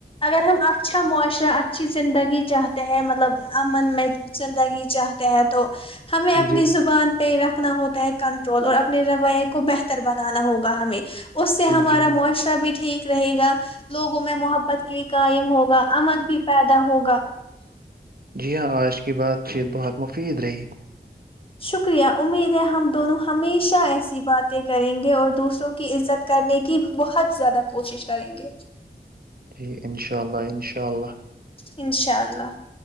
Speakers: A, on the left; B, on the right.
A: اگر ہم اچھا معاشرہ اچھی زندگی چاہتے ہیں مطلب امن میں زندگی چاہتے ہیں تو ہمیں اپنی
B: جی
A: زبان پہ رکھنا ہوتا ہے کنٹرول اور اب نے رویے کو بہتر بنانا ہوگا ہمیں اس سے ہمارا
B: جی ہاں
A: معاشرہ بھی ٹھیک رہے گا لوگوں میں محبت کی قائم ہوگا امن بھی پیدا ہوگا ا <unintelligible>
B: جی ہاں آج کی بات چیت بہت مفید رہی
A: شکریہ امید ہے ہم دونوں ہمیشہ ایسی باتیں کریں گے اور دوسروں کی عزت کرنے کی بہت زیادہ کوشش کریں گے
B: جی انشاء اللہ انشاء اللہ
A: ان <unintelligible> انشاء اللہ